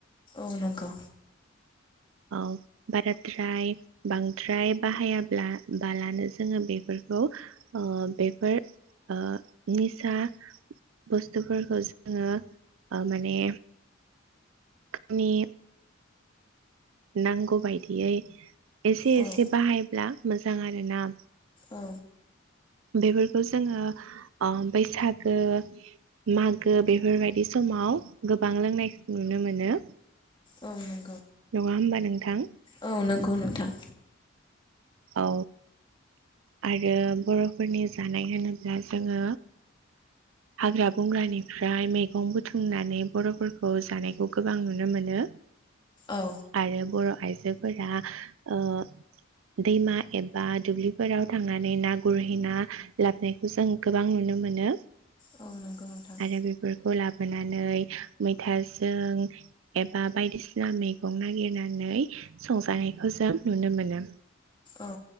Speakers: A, on the left; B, on the right.
A: औ नंगौ।
B: औ बाराद्राय बांद्राय बाहायाब्ला बालानो जोङो बेफोरखौ ओ बेफोर ओ निसा बुस्थुफोरखौ जोङो ओ माने गावनि नांगौ बायदियै एसे एसे
A: औ
B: बाहायब्ला मोजां आरोना।
A: औ
B: बेफोरखौ जोङो अ बैसागो मागो बेफोरबायदि समाव गोबां लोंनायखौ नुनो मोनो।
A: ओं नं
B: नङा होमबा नोंथां?
A: औ नंगौ नोंथां।
B: औ। आरो बर'फोरनि जानाय होनोब्ला जोङो हाग्रा बंग्रानिफ्राय मैगं बुथुमनानै बर'फोरखौ जानायखौ गोबां नुनो मोनो
A: औ
B: आरो बर'आइजोफोरा ओ दैमा एबा दुब्लि फोराव थांनानै ना गुरहै ना लाबोनायखौ जों गोबां नुनो मोनो
A: औ नंगौ नोंथां
B: आरो बेफोरखौ लाबोनानै मैथाजों एबा बायदिसिना मैगं नागिरनानै संजानायखौ जों नुनो मोनो।
A: औ।